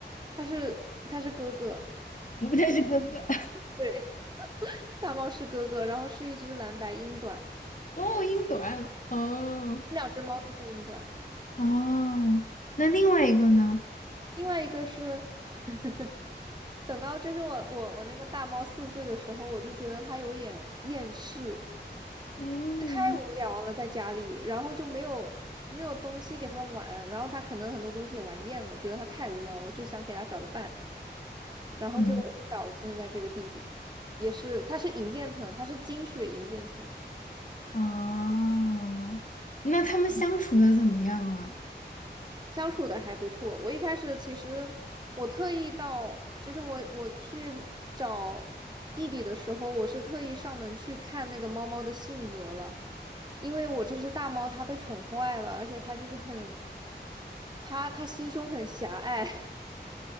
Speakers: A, on the right (about 25°); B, on the left (about 45°).
A: 它是它是哥哥，
B: 啊？<laughs> 他是哥哥。
A: 对，大猫是哥哥，然后是一只蓝白英短，
B: <laughs> 哦，英短。哦
A: 两只猫都是英短。
B: 哦，那另外一个呢？
A: 另外一个是 <laughs> 等到就是我我我那个大猫四岁的时候，我就觉得它有点厌世，
B: 嗯
A: 太无聊了在家里，然后就没有没有东西给它玩，然后它可能很多东西也玩厌了，觉得它太无聊了，就想给它找个伴，然后就找了现在这个弟弟，
B: 嗯
A: 也是他是银渐层，他是金血银渐层。
B: 啊，那他们相处的怎么样啊？
A: 相处的还不错。我一开始其实我特意到，就是我我去找弟弟的时候，我是特意上门去看那个猫猫的性格了，因为我这只大猫它被宠坏了，而且它就是很，它它心胸很狭隘。<laughs>